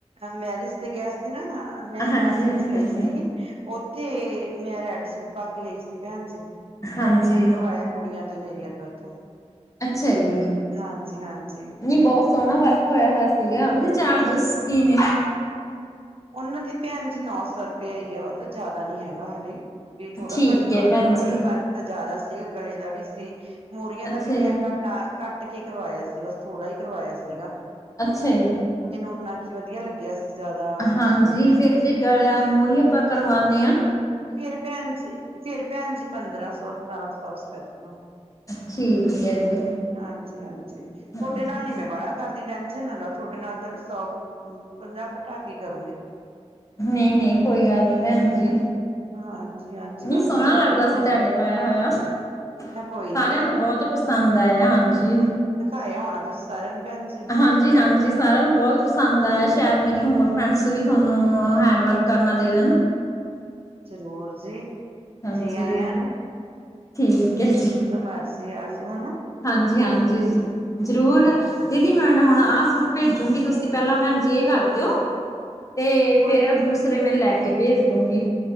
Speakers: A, on the right; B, on the left.
A: ਅ ਮੈਰਿਜ ਤੇ ਗਿਆ ਸੀ ਨਾ ਮੈਂ ਹਿਮਾਚਲ
B: ਹਾਂਜੀ ਹਾਂਜੀ
A: ਚ
B: ਭੈਣ
A: ਗਈ
B: ਜੀ
A: ਸੀਗੀ ਉੱਥੇ ਮੈਂ ਰੈਡ ਸੂਟ ਪਾ ਕੇ ਆਈ ਸੀ ਭੈਣ ਜੀ
B: ਹਾਂਜੀ
A: ਵਰਕ ਮੈਂ ਕਰਵਾਇਆ ਕੁੜੀਆਂ ਤੋਂ ਮੇਰੀਆਂ ਤੋਂ ਇੱਥੋਂ
B: ਅੱਛਾ ਈ
A: ਹਾਂਜੀ-ਹਾਂਜੀ।
B: ਨੀ ਬਹੁਤ ਸੋਹਣਾ ਵਰਕ ਹੋਇਆ ਹੋਇਆ ਸੀਗਾ ਉਹਦੇ ਚਾਰਜਿਸ ਕੀ ਨੇ
A: ਉਹਨਾਂ ਦੀ ਭੈਣ ਜੀ ਨੌ ਸੌ ਰੁ ਪਿਆ ਈ ਆ ਉਹ ਤਾਂ ਜ਼ਿਆਦਾ ਨੀ ਹੈਗਾ ਹਾਲੇ ਵੀ ਕੇ ਥੋੜਾ
B: ਠੀਕ
A: ਘੱਟ
B: ਹੈ
A: ਵਰਕ
B: ਭੈਣ
A: ਕਰਵਾਇਆ
B: ਜੀ
A: ਉਹਦਾ ਵਰ ਤਾ ਜ਼ਿਆਦਾ ਸੀ ਗਲੇ ਦਾ ਵੀ ਸੀ ਮੋਰੀਆਂ
B: ਅੱਛਾ
A: ਦਾ ਵੀ
B: ਜੀ
A: ਮੈਂ ਘੱ ਟਾ ਕੱਟ ਕੇ ਕਰਵਾਇਆ ਸੀ ਬਸ ਥੋੜ੍ਹਾ ਹੀ ਕਰਵਾਇਆ ਸੀਗਾ
B: ਅੱਛਾ ਈ
A: ਉਹ ਮੈਨੂੰ <unintelligible> ਓਨਾ ਕੀ ਵਧੀਆ ਲੱਗਿਆ ਸੀ ਜ਼ਿਆਦਾ ਨਹੀਂ
B: ਹਾਂਜੀ
A: ਸੀ ਲੱਗਿਆ
B: ਫਿਰ ਜੇ ਗਲਾ ਮੂਹਰੀ ਆਪਾਂ ਕਰਵਾਉਨੇ ਆਂ
A: ਫੇਰ ਭੈਨ ਜੀ ਫੇਰ ਭੈਨ ਜੀ ਪੰਦਰਾਂ ਸੌ ਸਤਾਰਾਂ ਸੌ ਚ ਪੈਜੂਗਾ
B: ਠੀਕ ਹੈ ਜੀ
A: ਹਾਂਜੀ ਹਾਂਜੀ ਥੋਡੇ
B: ਹਾਂਜੀ
A: ਨਾਲ ਨੀ ਮੈਂ ਬਾਲਾ ਕਰਦੀ ਟੈਨਸ਼ਨ ਨਾ ਲਓ ਥੋਡੇ ਨਾਲ ਤਾਂ ਸੌ ਪੰਜਾਹ ਘਟਾ ਕੇ ਕਰੂ
B: ਨਹੀਂ ਨਹੀਂ ਕੋਈ ਗੱਲ ਨੀ ਭੈਨ ਜੀ
A: ਹਾਂਜੀ ਹਾਂਜੀ
B: ਨੀ
A: ਬਾਕੀ
B: ਸੋਹਣਾ
A: ਤੁਹਾਨੂੰ
B: ਲੱਗਦਾ
A: ਪਤਾ
B: ਸੀ ਤੁਹਾਡੇ ਪਾਇਆ ਹੋਇਆ ਸਾਰਿਆਂ
A: ਨਾ ਕੋਈ ਨੀ ਭੈਣ
B: ਨੂੰ ਬਹੁਤ ਪਸੰਦ ਆਇਆ ਹਾਂਜੀ
A: ਦਖਾਇਆ ਹੋਣਾ ਤੁਸ ਸਾਰਿਆਂ ਨੂੰ ਭੈਨ ਜੀ
B: ਹਾਂਜੀ ਹਾਂਜੀ ਸਾਰਿਆਂ ਨੂੰ ਬਹੁਤ ਪਸੰਦ ਆਇਆ ਸ਼ਾਇਦ ਮੇਰੀਆਂ ਹੋਰ ਫਰੈਂਡਸ ਵੀ ਤੁਹਾਨੂੰ ਹੈਂਡ ਵਰਕ ਕਰਨਾ ਦੇ ਦੇਣ
A: ਜ਼ਰੂਰ ਜੀ ਜੀ
B: ਹਾਂਜੀ
A: ਆਇਆ ਨੂੰ
B: ਠੀਕ ਹੈ ਜ
A: ਜਦੋ ਮਰਜ਼ੀ ਆ ਜੋ ਹਨਾ
B: ਹਾਂਜੀ ਹਾਂਜੀ ਜ਼ਰੂਰ
A: ਹਾਂ
B: ਦੀਦੀ ਮੈਂ ਨਾ ਹੁਣ ਹੁਣ ਆਹ ਸੂਟ ਭੇਜੁੰਗੀ ਤੁਸੀਂ ਪਹਿਲਾਂ ਭੈਣਜੀ ਇਹ ਕਰ ਦਿਓ ਤੇ
A: ਕੋਈ
B: ਫ਼ਿਰ
A: ਨੀ
B: ਦੂਸਰੇ ਮੈਂ ਲੈ ਕੇ ਭੇਜ ਦੁੰਗੀ